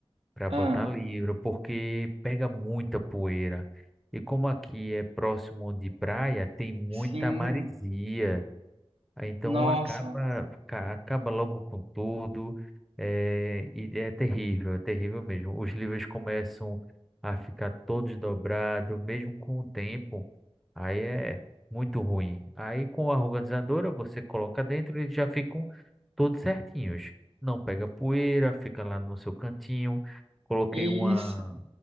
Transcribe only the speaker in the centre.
Para
botar livro, porque pega muita poeira. E como aqui é próximo de praia, tem muita
maresia. Aí, Então
acaba, ca- acaba logo com tudo, é, e é terrível, é terrível mesmo. Os livros começam a ficar todos dobrados, mesmo com o tempo, aí é muito ruim. Aí com a organizadora você coloca dentro e eles já ficam todos certinhos. Não pega poeira, fica lá no seu cantinho. Coloquei
uma,